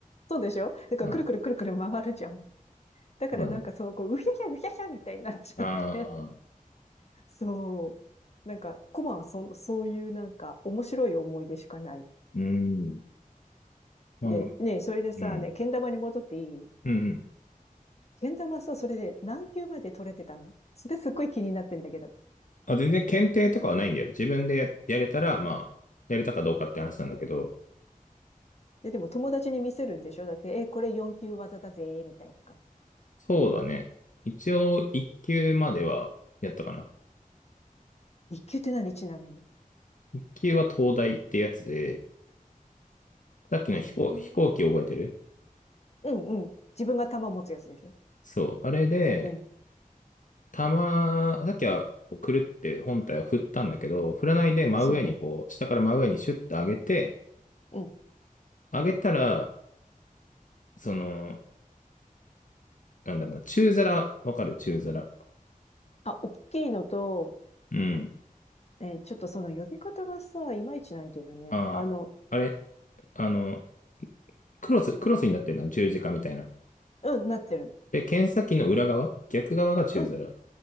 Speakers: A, on the left; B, on the left.
A: そうでしょだから、
B: うん。
A: くるくるくるくる回るじゃん。だからなんかそう、
B: そうだね。
A: こう、うひゃひゃ、うひゃひゃみたいになっちゃって、
B: ああ。
A: <laughs> そう。なんか、コマはそ、そういうなんか、面白い思い出しかない。
B: うん。まあでも、
A: ね、ねえ、それでさ、
B: うん。
A: ね、けん玉に戻っていい
B: うんうん。
A: けん玉さ、それで何級まで取れてたのそれすっごい気になってんだけど。
B: あ、全然検定とかはないんだよ。自分でや、やれたら、まあ、やれたかどうかって話なんだけど、
A: で、でも友達に見せるんでしょだって、え、これ4級技だぜ、みたいな感
B: そうだね。一応、一級まではやったかな。
A: じ。1級って何ちなみに。
B: 一級は東大ってやつで、さっきの飛行、
A: ええ
B: 飛行機覚えてる
A: うんうん。自分が玉持つやつでしょ
B: そう。あれで、
A: うん。
B: たま、さっきは、こうくるって本体を振ったんだけど、振らないで真上にこう、
A: そ
B: 下から真上にシュッと上げて、
A: う。うん。
B: 上げたら、その、なんだろうな、中皿、わかる中皿。
A: あ、大きいのと、
B: うん。
A: えーちょっとその呼び方がさ、いまいちなんだよね。
B: ああ、
A: あの、
B: あれ、あの、クロス、クロスになってるの、十字架みたいな。
A: うん、なってる。
B: で、剣先の裏側、逆側が宙づら。
A: うん。